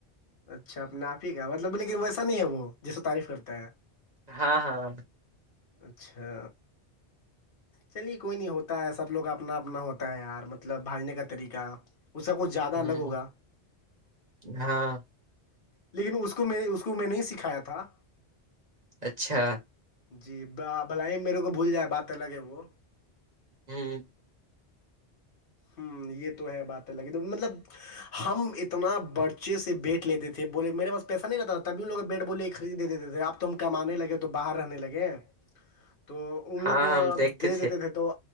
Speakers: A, on the left; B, on the right.
A: اچھا اپنے آپ ہی کا مطلب لیکن ویسا نہیں ہے وہ جسے تعریف کرتا ہے
B: ہاں ہاں
A: اچھا چلیے کوئی نہیں ہوتا ہے سب لوگ اپنا اپنا ہوتا ہے یار مطلب بھاجنے کا طریقہ اس کا کچھ زیادہ الگ
B: ہ
A: ہوگا
B: ہاں
A: لیکن اس کو میں اس کو میں نہیں سکھایا تھا
B: اچھا
A: جی بھلائی میرے کو بھول جائے بات الگ ہے وہ
B: ہوں
A: ہوں یہ تو ہے باتیں لگی تو مطلب ہم اتنا برچے سے بیٹھ لیتے تھے بولے میرے پاس پیسہ نہیں رہتا تھا تبھی ان لوگ بیٹ بولے کے خریدے دیتے تھے ا تو ہم کمانے لگے تو باہر رہنے لگے تو ان لوگ
B: ہاں
A: کو
B: ہم
A: اب
B: دیکھتے
A: دے دیتے تھے تو